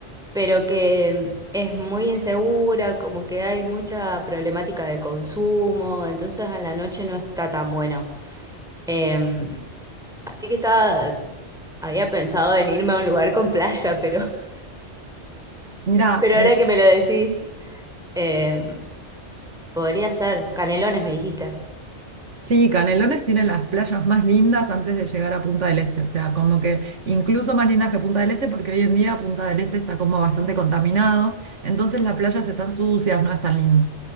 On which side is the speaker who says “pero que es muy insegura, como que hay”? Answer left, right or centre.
Centre